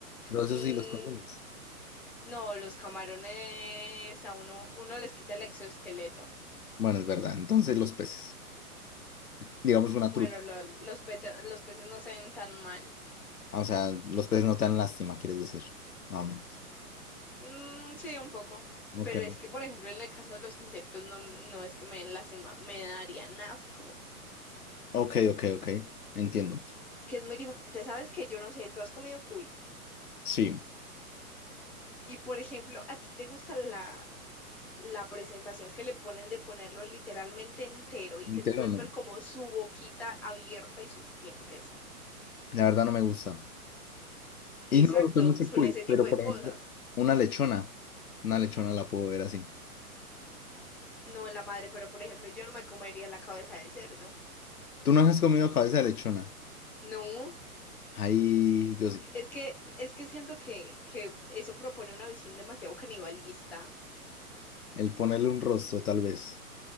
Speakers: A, on the left; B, in the centre.
A: Pero eso
B: Mm,
A: sí, los consumes.
B: no, los camarones a uno, uno les quita el exoesqueleto.
A: Bueno, es verdad. Entonces, los peces. Digamos una
B: Bueno,
A: trucha.
B: lo- los, peta- los peces no se ven tan mal.
A: Ah, O sea, los peces no te dan lástima, quieres decir. Más o menos.
B: Mm, sí, un poco.
A: Ok.
B: Pero es que, por ejemplo, en el caso de los insectos, no, no es que me den lástima, me darían asco.
A: Ok, ok, ok. Entiendo.
B: Que es muy diferente. Sabes que yo no sé, tú has comido cuy.
A: Sí.
B: Y, por ejemplo, ¿a ti te gusta la, la presentación que le ponen de ponerlo literalmente entero y
A: Entero
B: que tú puedes
A: no.
B: ver como su boquita abierta y sus dientes?
A: La verdad no me gusta.
B: Exacto,
A: Y no me gusta mucho
B: son
A: el cuy,
B: ese tipo
A: pero por
B: de cosas.
A: ejemplo, una lechona. Una lechona la puedo ver así.
B: No la madre, pero por ejemplo, yo no me comería la cabeza del cerdo.
A: ¿Tú no has comido cabeza de lechona?
B: No.
A: Ahí yo sí.
B: Es que, es que siento que, que eso propone una visión demasiado canibalista.
A: El ponerle un rostro, tal vez.